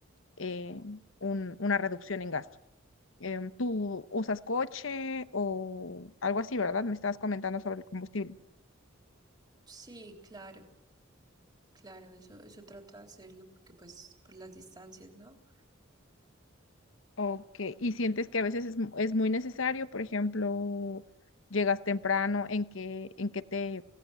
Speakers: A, on the left (about 70°); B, on the right (about 20°).
A: eh, un- una reducción en gasto. Em, ¿tú usas coche o algo así, verdad? Me estabas comentando sobre el combustible.
B: Sí, claro. Claro, eso, eso trato de hacerlo porque pues por las distancias, ¿no?
A: Ok, y sientes que a veces es, mu- es muy necesario, por ejemplo, llegas temprano, ¿en qué, en qué te,